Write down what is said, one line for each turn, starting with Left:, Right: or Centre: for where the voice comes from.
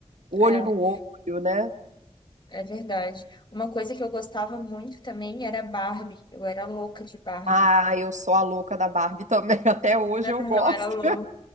Right: Olho
Left: é,
Right: no olho, né?
Left: é verdade. Uma coisa que eu gostava muito também era Barbie. Eu era louca de Barbie.
Right: Ah, eu sou a louca da Barbie também, <laughs> até hoje
Left: <laughs>
Right: eu gosto.
Left: Eu era louca.